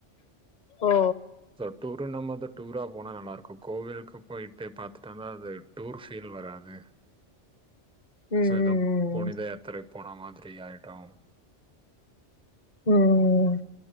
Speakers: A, on the left (about 40°); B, in the centre.
A: ஓ
B: சோ டூருனம்போது டூரா போனா நல்லாருக்கு கோவிலுக்கு போய்ட்டு பாத்துட்டு வந்தா அது டூர் ஃபீல் வராது
A: ம், ம்,
B: சோ எதோ புனித
A: ம்.
B: யாத்திரை போனா மாதிரி ஆயிடு
A: ம்